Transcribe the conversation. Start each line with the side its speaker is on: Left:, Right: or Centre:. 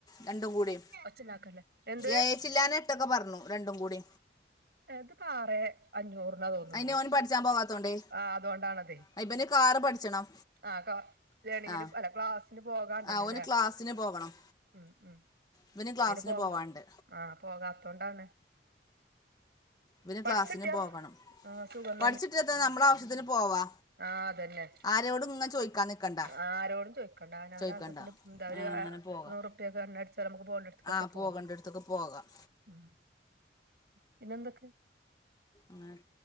Left: രണ്ടും കൂടി
Right: ഒച്ചണ്ടാക്കല്ലേ എന്ത്
Left: എയേച്ചില്ലനം റ്റൊക്കെ പറഞ്ഞു രണ്ടും കൂടി
Right: അത് പാറേ അഞ്ഞൂറിന തോന്നുണ്ട്
Left: അതിന് ഓൻ പഠിച്ചാൻ പോകാത്തോണ്ടേ
Right: ആഹ് അതുകൊണ്ടാണതെ
Left: ആ, ഇവന് കാറ് പഠിച്ചണം
Right: ആ ക ലേണിങ്ങിന്
Left: ആ
Right: അല്ല ക്ലാസിന് പോകാണ്ടല്ലല്ലേ
Left: ആ ഓന് ക്ലാസ്സിന് പോകണം
Right: മ് മ്.
Left: ഇവന് ക്ലാസ്സിന്
Right: പിന്ന പോക
Left: പോവാണ്ട്
Right: ആഹ് പോകാത്തോണ്ടാണ്.
Left: വര്
Right: പഠിച്ചിട്ടിയാ
Left: ക്ലാസ്സിന് പോവണം,
Right: ആ സുഖം
Left: പഠിച്ചിട്ടേത്താ നമ്മള ആവശ്യത്തിന് പോവാ.
Right: ആഹ് അതന്നെ
Left: ആരോടും ഇങ്ങനെ ചോദിക്കാൻ നിൽക്കണ്ട
Right: ആരോടും ചോയിക്കണ്ട അവനവ
Left: ചോദിക്കണ്ട
Right: ആവശ്യത്തിന് ന്താലും
Left: അങ്ങനെ
Right: ആ ഒരു
Left: പോകാം
Right: നൂറുപ്യക്ക് എണ്ണ അടിച്ചാൽ നമുക്ക് പോകണ്ടിയോടത്ക്ക്
Left: ആ പോകേണ്ട
Right: പോകാം
Left: അടുത്തൊക്കെ പോകാം
Right: മം പിന്നെ എന്തൊക്കെ?
Left: ആഹ്